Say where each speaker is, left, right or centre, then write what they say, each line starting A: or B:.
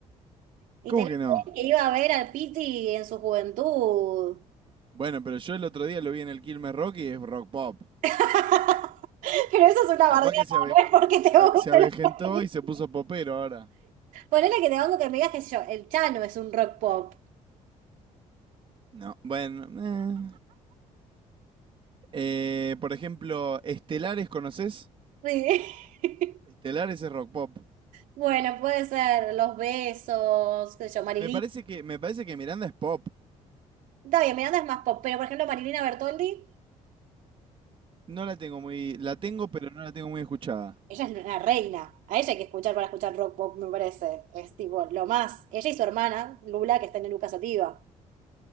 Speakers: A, on the right (about 80°); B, on the right (about 40°).
A: Y
B: ¿Cómo
A: tenés
B: que no?
A: que iba a ver al Piti en su juventud.
B: Bueno, pero yo el otro día lo vi en el Quilmes Rock y es rock pop.
A: <laughs> Pero eso es una
B: Capaz
A: bardeada,
B: que se, avejen-
A: no es porque te
B: se a-
A: guste
B: se avejentó
A: la película.
B: y se puso popero ahora.
A: Ponele que te banco que me digas, que yo, el Chano es un rock pop.
B: No, bueno. eh. Eh, por ejemplo, Estelares, ¿conoces?
A: Sí. <laughs>
B: Estelares es rock pop.
A: Bueno, puede ser Los Besos, qué sé yo, Marilina.
B: Me parece que, me parece que Miranda es pop.
A: Está bien, Miranda es más pop, pero por ejemplo Marilina Bertoldi,
B: No la tengo muy, la tengo, pero no la tengo muy escuchada.
A: ella es una reina. A ella hay que escuchar para escuchar rock pop, me parece. Es tipo lo más. Ella y su hermana, Lula, que está en Lucas Sativa.